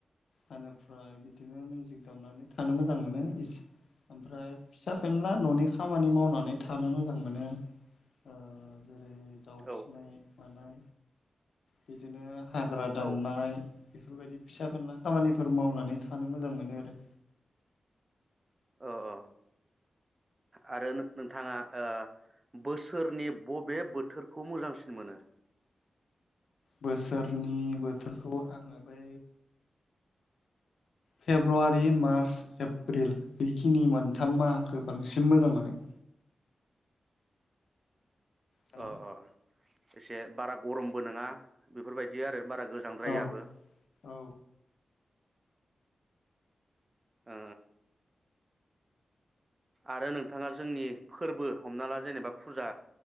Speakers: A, on the left; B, on the right.
A: बेनिफ्राय बिदिनो मिउजिक दामनानै थानो मोजां मोनो ओमफ्राय फिसा खनला न'नि खामानि मावनानै थानो मोजां मोनो ओ जेरै आरो दाउ फिसिनाय
B: औ
A: मानाय बिदिनो हाग्रा दाननाय
B: औ
A: बेफोरबायदि फिसा फेनला खामानिफोर मावनानै थानो मोजां मोनो आरो
B: अ अ आरो नों नोंथाङा ओ बोसोरनि बबे बोथोरखौ मोजांसिन मोनो
A: बोसोरनि बोथोरखौ आङो बै फेब्रुवारि मार्च एप्रिल बेखिनि मोन थामा आंखौ बांसिन मोजां मोनो हेलौ
B: अ औ एसे बारा गरमबो नङा बेफोरबायदि आरो बारा गोजांद्रायाबो
A: औ औ
B: ओ आरो नोंथाङा जोंनि फोरबो हमना ला जेनेबा फुजा